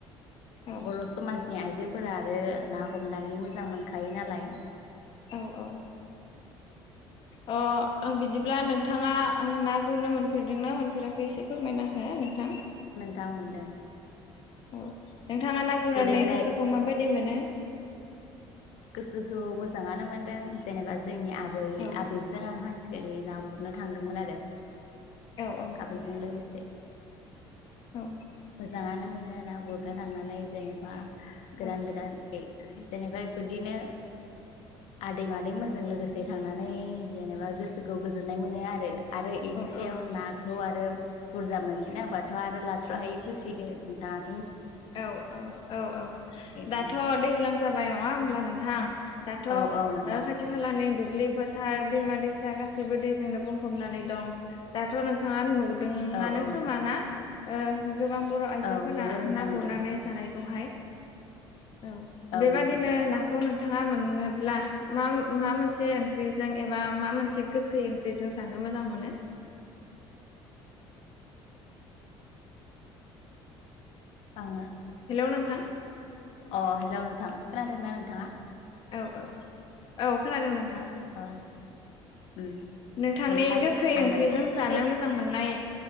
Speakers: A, on the left; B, on the left.
A: औ
B: बर' समाजनि आइजो फोरा आरो ना हमनानै मोजां मोनखायो नालाय।
A: औ औ अ बिदिब्ला नोंथाङा ना गुरनो मोनफेरदोंना मोनफेराखै एसे फोरमायना हो नोंथां।
B: जां मोनदों
A: औ नोंथाङा ना गुरनानै
B: गोदो गोदाय
A: गोसोखौ माबायदि मोनो
B: गोसोखौ मोजाङानो मोनदों जेनेबा जोंनि आब आबै
A: औ
B: आबैजों द आं हास <unintelligible> सिरि ना गुरनो थांदोंमोन आरो
A: औ औ
B: आबैजों लोगोसे
A: औ
B: मोजांङानो मोनो ना गुरनो थांनानै जेनेबा गोदान
A: औ
B: गोदान एइ जेनेबा इफोरदिनो आदै मादैमोनजों लोगोसे थांनानै जेनेबा गोसोखौ गोजोननाय मोनो आरो आरो इनिसायाव
A: औ
B: नाखौ आरो बुरजा मोनसैना हबाथ आरो लाथ्र हायि खुसिखो नोंथाङाथ
A: औ औ औ औ
B: बिदिनो
A: दाथ दैज्लां जाबाय नङा होमब्ला नों दा <unintelligible> दाथ
B: औ औ नोंथां
A: खाथि खालानि दुब दुब्लि फोथार दैमा दैसा गासैबो दैजोंनो बुंफबनानै दं दाथ नोंथाङा नु दोंआनो
B: औ औ
A: खोमा
B: नोंथां
A: ना ओ गोबां बर आइजोफोरा
B: औ नुदों नोंथां
A: ना
B: नुदों
A: गुरनानै जानायखौहाय औ
B: औ
A: बेबादिनो
B: नुदों
A: नाखौ नों नोंथाङा मोनोब्ला मा माबा मोनसे ओंख्रिजों एबा मा मोनसे गोखै ओंख्रिजों जानो मोजां मोनो
B: आंङो
A: हेलौ नोंथां
B: अ हेलौ नोंथां खोनादोंना नोंथाङा
A: औ औ औ खोनादों नोंथां
B: औ उम
A: नोंथांनि
B: मैथाजों
A: गोखै ओंख्रिजों
B: आङो साबसिन
A: जानो मोजां मोननाय